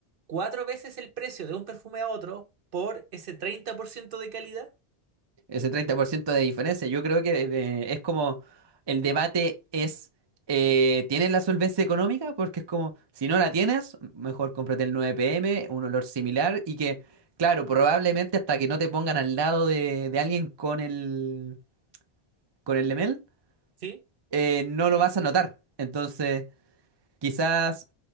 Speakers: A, on the right (about 55°); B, on the right (about 40°).
A: cuatro veces el precio de un perfume a otro por ese 30% de calidad,
B: Ese 30% de diferencia. Yo creo que eh, es como el debate es, eh, ¿tienes la solvencia económica? Porque es como, si no la tienes, mejor cómprate el 9PM, un olor similar y que, claro, probablemente hasta que no te pongan al lado de, de alguien con el, con el Lemel,
A: ¿sí?
B: eh, no lo vas a notar. Entonces, quizás